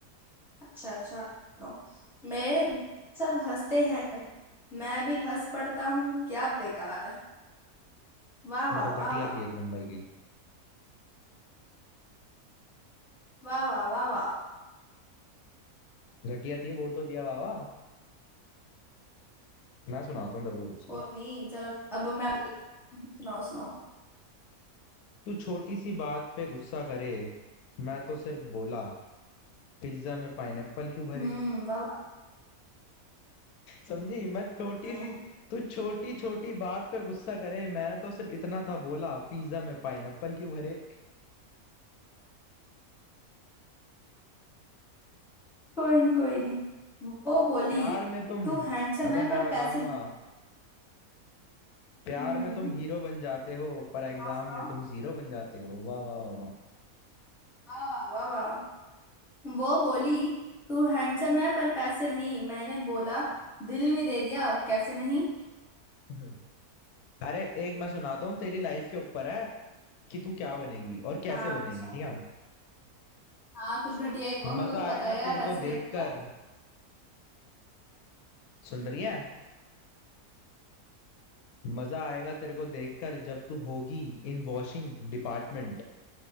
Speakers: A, in the centre; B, on the left (about 90°).
A: अच्छा अच्छा सुनो, मेरे सब हंसते हैं मैं भी हंस पड़ता हूँ क्या बेकार वाह
B: ब-
A: वाह वाह
B: घटिया
A: वाह
B: थी एक नंबर की
A: वाह वाह वाह वाह
B: घटिया थी बोल तो दिया वावा मैं सुनाता हूँ तेरे को दूसरी
A: कोई नहीं चलो अब मैं एक- सुनाओ सुनाओ
B: तू छोटी सी बात पे गुस्सा करे मैं तो सिर्फ बोला पिज्जा में पाइनएप्पल क्यों भरे
A: हम्म वाह वाह
B: समझी मैं छोटी
A: हम्म,
B: सी तू छोटी छोटी बात पे गुस्सा करे मैंने तो सिर्फ इतना था बोला पिज्जा में पाइनएप्पल क्यों भरे
A: कोई नहीं कोई नहीं वो बोली
B: प्यार में तुम
A: तू हैंडसम
B: अबे
A: है
B: मैं
A: पर
B: बताऊंगा
A: पैसे
B: प्यार
A: हम्म
B: में तुम हीरो बन जाते हो पर एग्जाम
A: सुनाओ सुनाओ
B: में तुम जीरो बन जाते हो वाह वाह वाह वाह
A: वाह वाह वाह वाह वो बोली तू हैंडसम है पर पैसे नहीं मैंने बोला दिल भी दे दिया अब कैसे नहीं
B: हम्म, अरे एक मैं सुनाता हूँ तेरी लाइफ के ऊपर है कि तू क्या बनेगी और कैसे
A: हाँ
B: बनेगी
A: अच्छा
B: ठीक है
A: हाँ कुछ घटिया ही होगा मेरे
B: मजा
A: को तो
B: आएगा
A: पता है
B: तेरे
A: आप ऐसी
B: को देखकर
A: करते हो
B: सुन रही है मजा आएगा तेरे को देखकर जब तू होगी इन वॉशिंग डिपार्टमेंट